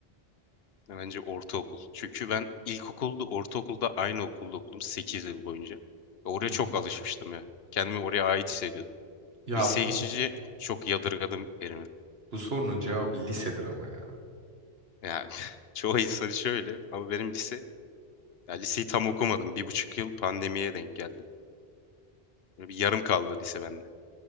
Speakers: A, on the left (about 70°); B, on the right (about 65°).
A: Bence ortaokul. Çünkü ben ilkokulda, ortaokulda aynı okulda okudum 8 yıl boyunca. Ve Oraya
B: Hı
A: çok
B: hı.
A: alışmıştım ya. Kendimi oraya ait hissediyordum.
B: Ya
A: Liseye
B: bu
A: geçince
B: s-
A: çok yadırgadım yerimi.
B: bu sorunun cevabı lisedir ama ya.
A: Yani <laughs> çoğu insan şöyle ama benim lise, ya liseyi tam okumadım. Bir buçuk yıl pandemiye denk geldi. Böyle bir yarım kaldı lise bende.